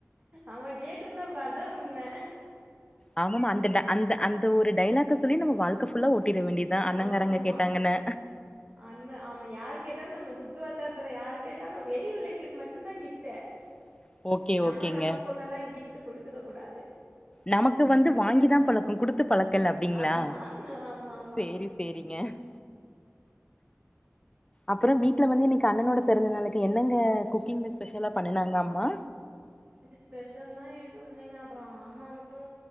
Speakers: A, on the right; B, on the left.
A: அவன் கேட்ருந்தா அப்றோ அதா உண்ம
B: ஆமா அந்தந்த அந்த ஒரு டைலாக்க சொல்லி நம்ம வாழ்க்க ஃபுல்லா ஓட்டிர வேண்டியது தா அண்ணங்காரங்க
A: ஆமா
B: கேட்டாங்கன்னு
A: அண்ண ஆமா யார் கேட்டாலு நம்ம சுத்து வட்டாரத்துல யாரு கேட்டாலு வெளிய உள்ளங்களுக்கு மட்டு தா கிப்ட்டு
B: <inaudible>
A: நம்ம
B: ஓகேங்க.
A: நம்மக்குள்ளல்லாம் கிஃப்ட் குடுத்துக்க கூடாது
B: நமக்கு வந்து வாங்கி தா பழக்கம் கொடுத் த்து பழக்கல அப்டிங்களா
A: ஆமா ஆமாமா
B: சேரி சேரிங்க <inaudible> அப்றோ வீட்ல வந்து இன்னிக்கு அண்ணனோட பிறந்த நாளுக்கு என்னங்க குக்கிங்ல ஸ்பெஷலா பண்ணுனாங்க அம்மா
A: ஸ்பெஷல்லாம் எதுவு இல்லங்க அப்புறம் அம்மா மட்டு